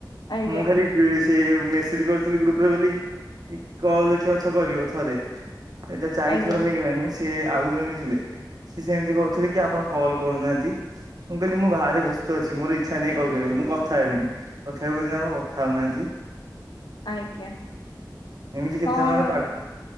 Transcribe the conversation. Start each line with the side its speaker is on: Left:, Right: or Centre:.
Left: ଆଜ୍ଞା
Right: ମୁଁ ଖାଲି ସେ ମେସେଜ କରିଥିଲି ଗ୍ରୁପ ରେ ବୋଲି ଏ କଲ କିଏ ଅଛ କରିବ ଥରେ। ଏଇଟା ଚାରିଥର
Left: ଆଜ୍ଞା
Right: ହେଇ ସେ ଆଉ ଜଣେ ବି ଥିଲେ ସେ ସେମିତି କହୁଥିଲେ କି ଆପଣ କଲ୍ କରୁନାହାନ୍ତି? ମୁଁ କହିଲି ମୁଁ ବାହାରେ ବ୍ୟସ୍ତ ଅଛି ମୋର ଇଚ୍ଛା ନାଇ କଲ କରିବାକୁ ମୁଁ କଥା ହେବିନି କଥା ହେକୁ କି ଆପଣ କଥା ହଉନାହାନ୍ତି। ହ <inaudible>
Left: ଆଜ୍ଞା।
Right: ଏମିତି କେତେ
Left: କଣ
Right: ଜଣ ପାଠ।